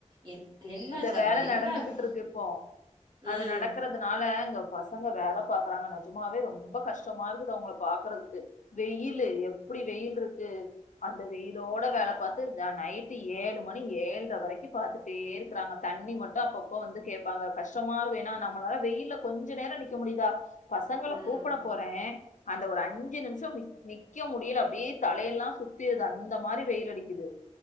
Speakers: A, on the right (about 35°); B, on the left (about 80°).
A: எ எல்லா
B: அந்த
A: ச
B: வேல
A: எல்லாமே.
B: நடந்துகுட்ருக்கு இப்போ அது
A: ம்.
B: நடக்குறதுனால இங்க பசங்க வேல பாக்குறாங்க நெஜமாவே ரொம்ப கஷ்டமாருக்குது அவ்ங்கள பாக்குறதுக்கு வெயில்லு எப்டி வெயில்ருக்கு அந்த வெயிலோட வேல பாத்து நா நைட்டு ஏழு மணி ஏழ்ர வரைக்கு பாத்துட்டே இருப் க்றாங்க தண்ணி மட்டு அப்பப்ப வந்து கேப்பாங்க கஷ்டமா இருக்கு ஏனா நம்மளால வெயில்ல கொஞ்ச நேரோ நிக்க முடிதா பசங்கள
A: ம்.
B: கூப்பட போறே அந்த ஒரு அஞ்சு நிம்சோ நிக் நிக்க முடில அப்டியே தலையெல்லா சுத்திருது அந்த மாரி வெயில் அடிக் கிது